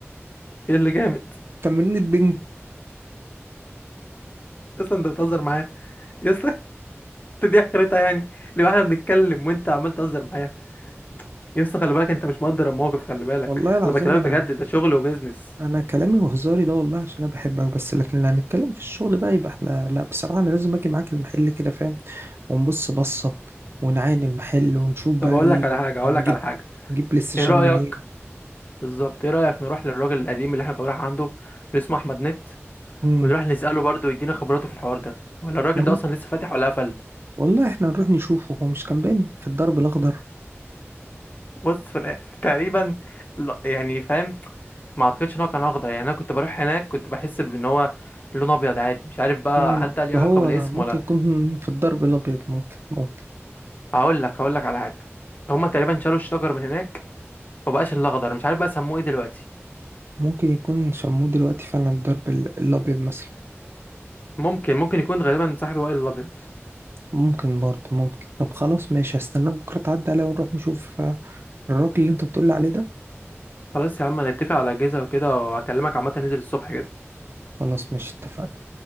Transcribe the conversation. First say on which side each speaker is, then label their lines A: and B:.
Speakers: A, on the left; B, on the right.
A: ايه اللي جامد
B: تمرين البنج
A: اصلا انت بتهزر معايا يا اسطى <laughs> انت دي اخرتها يعني لو احنا بنتكلم وانت عمال تهزر معايا يا اسطى خلي بالك انت مش مقدر الموقف خلي بالك
B: والله العظيم
A: انا بكلمك
B: انا
A: بجد ده شغل وبيزنس
B: انا كلامي وهزاري ده والله عشان انا بحبك بس لكن لو هنتكلم في الشغل بقى يبقى احنا لا بصراحة انا لازم اجي معاك المحل كده فاهم ونبص بصة ونعاين المحل ونشوف بقى
A: طب اقول
B: ايه
A: لك على حاجه اقول
B: هنجيب
A: لك على حاجه
B: نجيب بلاي ستيشن
A: ايه رايك
B: منين
A: بالظبط ايه رايك نروح للراجل القديم اللي احنا كنا رايح عنده اللي اسمه احمد نت
B: امم
A: ونروح نساله برضه يدينا خبراته في الحوار ده ولا الراجل
B: احنا
A: ده
B: مو...
A: اصلا لسه فاتح ولا قفل
B: والله احنا نروح نشوفه هو مش كان باين في الدرب الاخضر
A: بص في الآ- تقريبا لا يعني فاهم ما اعتقدش ان هو كان اخضر يعني انا كنت بروح هناك كنت بحس بان هو لون ابيض عادي مش عارف بقى
B: امم
A: هل ده ليه
B: فهو
A: علاقه بالاسم
B: ممكن
A: ولا
B: يكون في الدرب الابيض ممكن ممكن
A: هقول لك هقول لك على حاجه هما تقريبا شالوا الشجر من هناك فبقاش الاخضر مش عارف بقى سموه ايه دلوقتي
B: ممكن يكون شموه دلوقتي فعلا الدرب ال- الابيض مثلا
A: ممكن ممكن يكون غالبا صاحبي وائل الابيض
B: ممكن برضه ممكن طب خلاص ماشي هستناك بكرة تعدي عليا ونروح نشوف آه، الراجل اللي انت بتقولي عليه ده
A: خلاص يا عم هنتفق على اجازه وكده وهكلمك عامه ننزل الصبح كده
B: خلاص ماشي اتفقنا